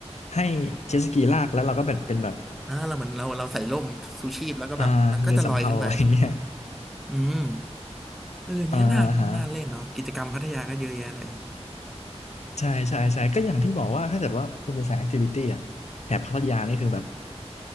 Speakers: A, on the left; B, in the centre.
A: ให้เจ็ตสกีลากแล้วเราก็แบบเป็นแบบ
B: อ่าเราเหมือนเราเราใส่ร่มชูชีพแล้วก็แบบมันก็จะลอยขึ้นไป
A: อ่าเรือสำเภา <laughs> อะไรอย่างเงี้ย
B: อืมเอออันนี้ก็น่าน่าเล่นเนาะกิจกรรมพัทยาก็เยอะแยะเลย
A: อ่าฮะใช่ใช่ใช่ก็อย่างที่บอกว่าถ้าเกิดว่าคุณเป็นสายแอคทิวิตี้อะแถบพัทยานี่คือแบบ